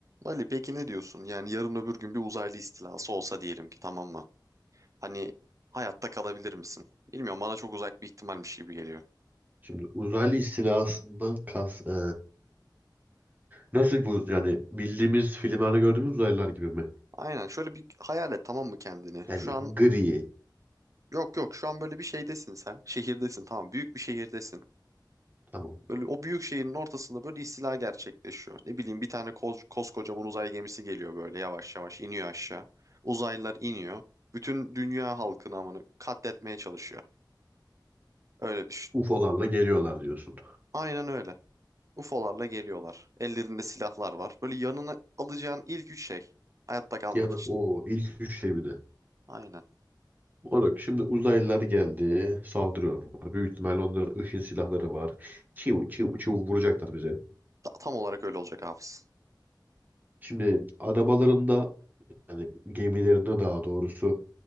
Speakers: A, on the right (about 45°); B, on the right (about 25°).
A: Ali peki ne diyorsun? Yani yarın öbür gün bir uzaylı istilası olsa diyelim ki tamam mı? Hani hayatta kalabilir misin? Bilmiyorum bana çok uzak bir ihtimalmiş gibi geliyor.
B: Şimdi uzaylı istilasından kas eee, nasıl bu yani bildiğimiz filmlerde gördüğümüz uzaylılar gibi mi?
A: Aynen şöyle bir hayal et tamam mı kendini?
B: Yani
A: Şu an
B: gri
A: yok yok şu an böyle bir şeydesin sen. Şehirdesin tamam büyük bir şehirdesin.
B: tamam
A: Böyle o büyük şehrin ortasında böyle istila gerçekleşiyor. Ne bileyim bir tane koz, koskocaman uzay gemisi geliyor böyle yavaş yavaş iniyor aşağı. Uzaylılar iniyor. Bütün dünya halkını amını katletmeye çalışıyor. Öyle düşün.
B: UFO'larla geliyorlar diyorsun.
A: Aynen öyle. UFO'larla geliyorlar. Ellerinde silahlar var. Böyle yanına alacağın ilk üç şey. Hayatta kalmak
B: Yani
A: için.
B: o ilk üç şey bir de.
A: Aynen.
B: Olarak şimdi uzaylılar geldi saldırıyorlar. Büyük ihtimalle onların ışın silahları var. Çiu çiu çiu vuracaklar bize.
A: Ta- tam olarak öyle olacak Hafız.
B: Şimdi arabalarında yani gemilerinde daha doğrusu